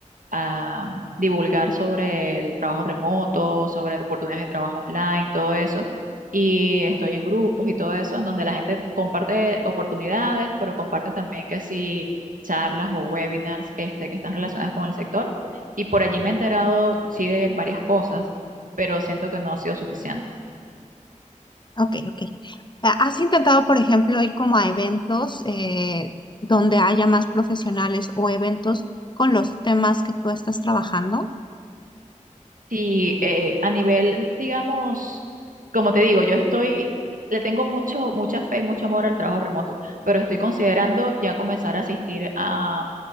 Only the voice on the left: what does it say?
Ok, ok. Ah, ¿Has intentado, por ejemplo, ir como a eventos eh, donde haya más profesionales o eventos con los temas que tú estás trabajando?